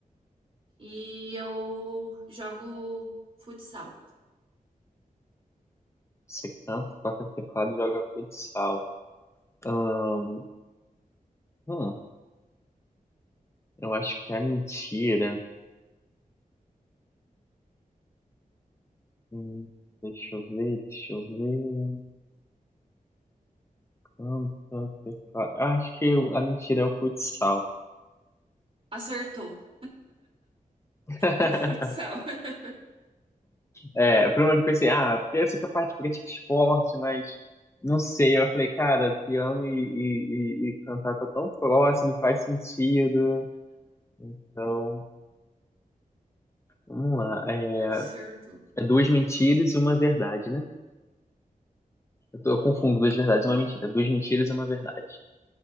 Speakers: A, on the right; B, on the left.
A: e eu jogo futsal.
B: Você canta, toca teclado e joga futsal. Ahn, hum, eu acho que é mentira. Hum, deixa eu ver, deixa eu ver. Canta, teclado. Eu acho que o- a mentira é o futsal.
A: Acertou.
B: <laughs>
A: É futsal. <laughs>
B: É, primeiro eu pensei, ah, porque eu sei que é a parte política é esporte, mas não sei. Eu falei, cara, piano e, e, e, e cantar tá tão próximo, faz sentido. Então, vamos lá. É,
A: Acertou.
B: é duas mentiras e uma verdade, né? Eu, tô- eu confundo duas verdades e uma mentira. Duas mentiras e uma verdade.